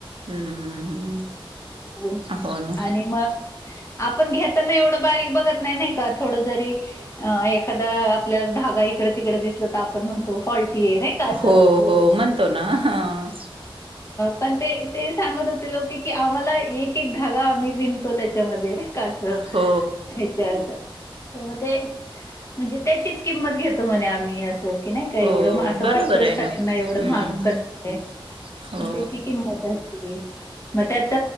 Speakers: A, on the right; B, on the left.
A: हम्म हम्म.
B: ह्म,
A: हो ना
B: आणि मग आपण घेताना एवढं बारीक बघत नाही, नही का, थोडं जरी एखादा आप ल्याला धागा जरी इकड-तिकड दिसला, त आप ण म्हणतो, फॉल्टी ये, नईका असं.
A: हो हो म्हणतो ना हं.
B: पण ते, ते सांगत होते लोकं की, आम्हाला एक-एक धागा, आम्ही विनतो त्याच्यामध्य नई. का असं
A: हो
B: ह्याच्यात. त म ते, म्हणजे त्याचीच किंमत घेतो, म्हणे आम्ही असं, की नाही. काय
A: हो
B: एवढं महाग, असं
A: बरोबर
B: वाटतं
A: आहे ना
B: सगळ्यांना एवढं
A: हम्म
B: महाग, कस काय,
A: हो
B: त्याची किंमत अस म त्यात,